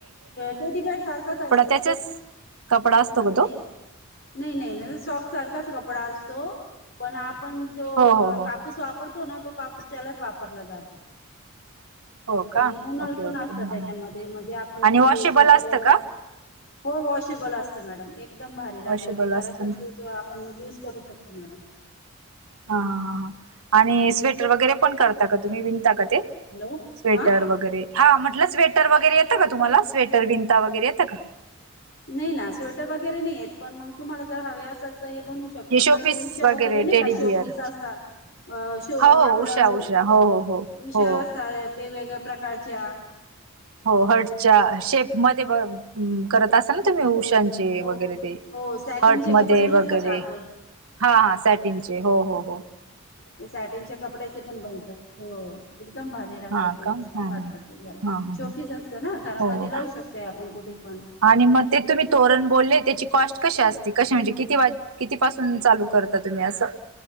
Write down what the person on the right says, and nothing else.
त्याच्याच
कपडा असतो का
तो
हो हो
हो
हो का
ओके
ओके
हां
हां
आणि वॉशेबल
असतं
का
वॉशेबल
असतं
हां हां हां हां आणि स्वेटर वगैरे पण करता का तुम्ही विन टाक ते
स्वेटर
वगैरे हा. <unintelligible> स्वेटर वगैरे येतं का तुम्हाला स्वेटर विनता वगैरे येतं का.
हे शोपीस
टेडी
बिअर
हो
हो
उषा उषा हो हो हो
हो
हो र्हटच्या शेप मध्ये ब करत असल. तुम्ही उष त्यांचे
वगैरे ते
हार्ट मध्ये
वगैरे
हा सॅटींग चे हो हो.
हा का
हा हा
हा ह
हो
आणि मग ते तुम्ही तोरण बोलले त्याची कॉस्ट कशी असते कसे म्हणजे किती वा कितीपसून चालू करता तुम्ही असं